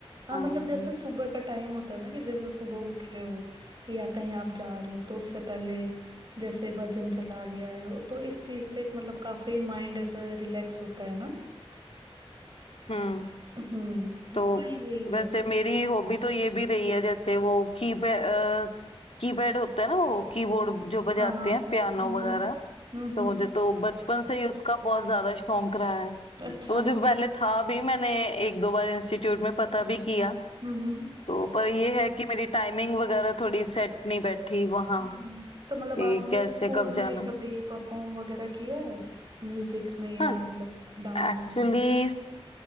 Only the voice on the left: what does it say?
हाँ
हम्म
तो
वैसे
मेरी हॉबी तो ये भी रही है जैसे वो कीपैड कीपैड होता है ना वो कीबोर्ड जो बजाते
हैं पियानो
वगैरह
तो
मुझे तो बचपन से ही उसका बहुत ज्यादा शौक रहा है
तो मुझे
पहले था भी मैंने एक दो बार इंस्टीट्यूट में पता भी किया
तो पर ये है कि मेरी टाइमिंग वगैरह थोड़ी सेट नहीं बैठी वहाँ
कि
कैसे
कब जाना
है
हाँ
एक्चुअली